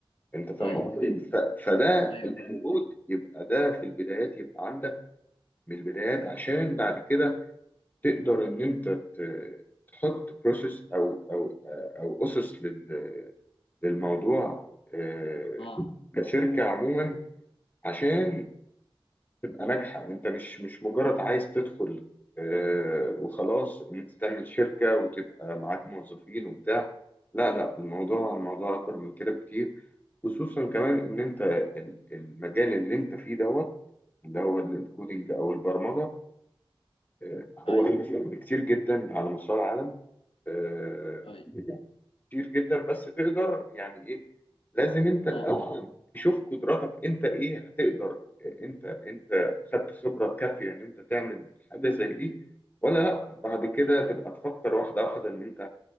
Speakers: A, on the left (about 20°); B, on the left (about 70°).
A: انت فاهم
B: ايوه
A: قصدي ف- فده
B: ايوه
A: المفروض
B: فاهم.
A: يبقى ده في البدايات يبقى عندك من البدايات عشان بعد كده تقدر ان انت ت- تحط بروسيس او او او اسس لل- للموضوع آه،
B: اه
A: كشركه عموما عشان تبقى ناجحة انت مش مش مجرد عايز تدخل آه، وخلاص ان انت تعمل شركة وتبقى معاك موظفين وبتاع لا لا الموضوع الموضوع اكبر من كده بكتير خصوصا كمان ان انت ال- المجال اللي انت فيه دوت اللي هو الكودينج او البرمجة آه، هو
B: ايوه
A: كتير جدا على مستوى العالم آه،
B: ايوه
A: كتير جدا بس تقدر يعني ايه لازم انت الاول
B: اه آه.
A: تشوف قدراتك انت ايه هتقدر انت انت خدت خبره كافيه ان انت تعمل حاجه زي دي ولا لا بعد كده تبقى تفكر واحده واحده ان انت